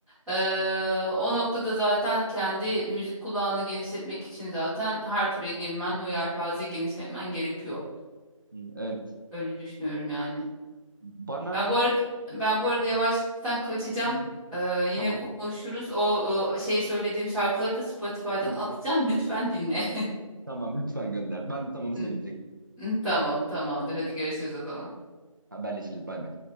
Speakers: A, in the centre; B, on the right.
A: E, o noktada zaten kendi müzik kulağını genişletmek için zaten her türe girmen,
B: hı
A: o yelpazeyi genişletmen gerekiyor.
B: hı. Evet.
A: Öyle düşünüyorum yani.
B: Bana
A: Ben bu arada
B: Hı
A: ben bu arada yavaştan kaçacağım.
B: hı.
A: E, yine
B: tamam.
A: konuşuruz. O e, şey söylediğim şarkıları da Spotify'dan
B: Hı,
A: atacağım. Lütfen dinle.
B: Tamam lütfen gönder. Ben de tam onu
A: <laughs>
B: söyleyecektim.
A: Tamam, tamamdır. Hadi görüşürüz o zaman.
B: Haberleşiriz. Bay bay.